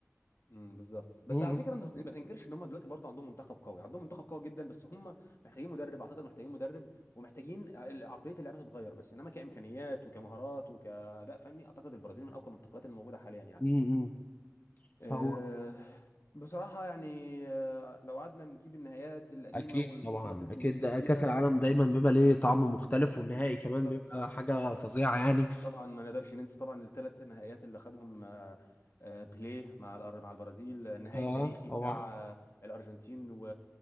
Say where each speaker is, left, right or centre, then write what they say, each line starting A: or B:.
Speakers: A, on the left (about 55°); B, on the left (about 35°).
A: امم بالظبط بس
B: امم
A: على فكره انت ما تن- ما تنكرش ان هم دلوقتي برضه عندهم منتخب قوي عندهم منتخب قوي جدا بس هم محتاجين مدرب اعتقد محتاجين مدرب ومحتاجين ع- عقليه اللعبه تتغير بس انما كامكانيات وكمهارات وكاداء فني اعتقد البرازيل من اقوى المنتخبات الموجوده حاليا يعني
B: امم
A: آه،
B: هو
A: بصراحة يعني آه، لو قعدنا نجيب النهايات القديمة
B: اكيد
A: والبطولات
B: طبعا
A: الك-
B: اكيد
A: الكبيرة
B: ده كاس العالم دايما بيبقى ليه طعم مختلف والنهائي كمان
A: بالظبط
B: بيبقى حاجه فظيعه يعني
A: طبعا ما نقدرش ننسى طبعا الثلاث نهائيات اللي خدهم آه، آه، بيليه مع الأر- مع البرازيل النهائي
B: اه
A: التاريخي
B: طبعا
A: بتاع آه، الأرجنتين و